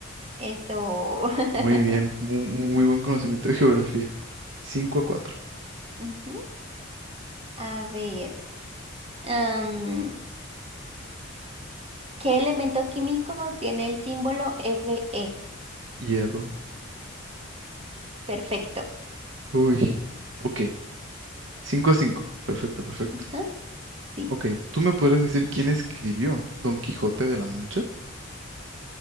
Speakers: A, on the right; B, on the right.
A: Eso. <laughs>
B: Muy bien. Mu- mu- Muy, buen conocimiento de geografía. cinco a cuatro
A: Ujú. A ver, am, ¿qué elemento químico tiene el símbolo Fe?
B: Hierro.
A: Perfecto.
B: Uy. Ok. cinco a cinco Perfecto, perfecto.
A: Ujú. Sí.
B: Ok, ¿tú me podrías decir quién escribió Don Quijote de la Mancha?